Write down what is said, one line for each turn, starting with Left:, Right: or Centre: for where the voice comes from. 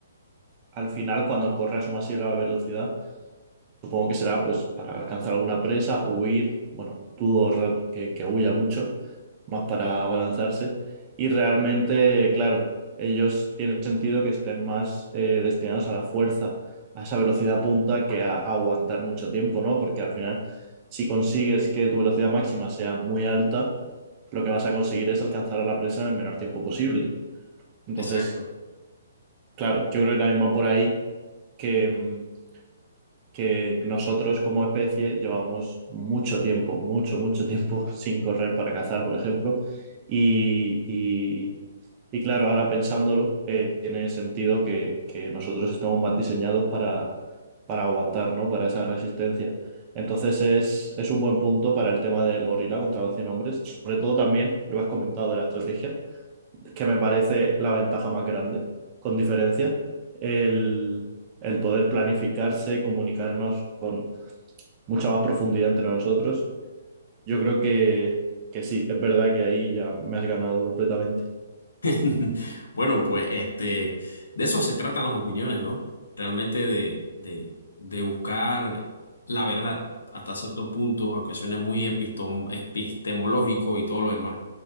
Right: al final cuando corre a su masiva velocidad, Supongo que será pues para alcanzar alguna presa, huir, bueno, dudo re- que, que huya mucho, más para abalanzarse. Y realmente, claro, ellos tienen sentido que estén más eh, destinados a la fuerza, a esa velocidad punta que a, a aguantar mucho tiempo, ¿no? Porque al final, si consigues que tu velocidad máxima sea muy alta, lo que vas a conseguir es alcanzar a la presa en el menor tiempo posible. Entonces,
Left: Exacto.
Right: claro, yo creo que también va por ahí que... mm, que nosotros como especie llevamos mucho tiempo, mucho, mucho tiempo <laughs> sin correr para cazar, por ejemplo. Y, y- y claro, ahora pensándolo, eh, tiene sentido que, que nosotros estamos más diseñados para, para aguantar, ¿no? Para esa resistencia. Entonces es, es un buen punto para el tema del gorila contra los 100 hombres, sobre todo también, lo has comentado de la estrategia, que me parece la ventaja más grande, con diferencia, el, el poder planificarse, comunicarnos con mucha más profundidad entre nosotros. Yo creo que, que sí, es verdad que ahí ya me has ganado completamente.
Left: <laughs> Bueno, pues este, de eso se tratan las opiniones, ¿no? Realmente de, de, de buscar la verdad hasta cierto punto, aunque suene muy epistom- epistemológico y todo lo demás.